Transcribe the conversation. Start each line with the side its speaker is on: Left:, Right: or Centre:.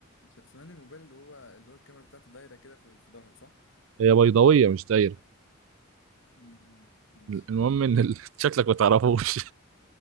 Left: س- سمعني الموبايل اللي هو اللي هو الكاميرا بتاعته دايرة كده في في ظهره صح؟
Right: هي بيضاوية مش دايرة
Left: مم. مم. ماشي
Right: المهم إن ال- <laughs> شكلك ما تعرفوش